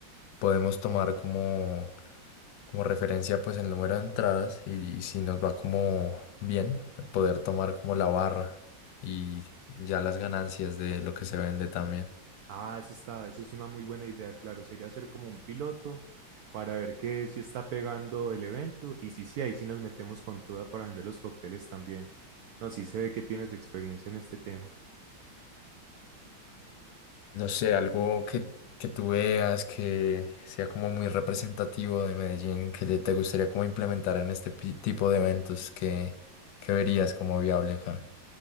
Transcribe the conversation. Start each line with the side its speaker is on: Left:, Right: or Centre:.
Left: podemos tomar como, como referencia, pues el número de entradas y, y si nos va como bien, poder tomar como la barra y ya las ganancias de lo que se vende también.
Right: Ah, eso está, eso es una muy buena idea, claro. Sería hacer como un piloto para ver que si está pegando el evento y si sí, ahí sí nos metemos con toda para vender los cócteles también. No, sí se ve que tienes experiencia en este tema.
Left: No sé, algo que, que tú veas que sea como muy representativo de Medellín, que le- te gustaría como implementar en este pi- tipo de eventos que, que verías como viable acá.